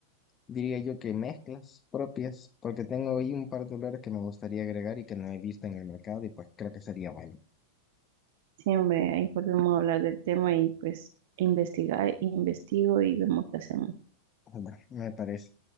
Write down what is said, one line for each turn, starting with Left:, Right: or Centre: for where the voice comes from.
Left: diría yo que mezclas propias, porque tengo ahí un par de olores que me gustaría agregar y que no he visto en el mercado y pues creo que sería bueno.
Right: Siempre ahí podemos hablar del tema y pues investigar, investigo y vemos qué hacemos.
Left: Bueno, me parece.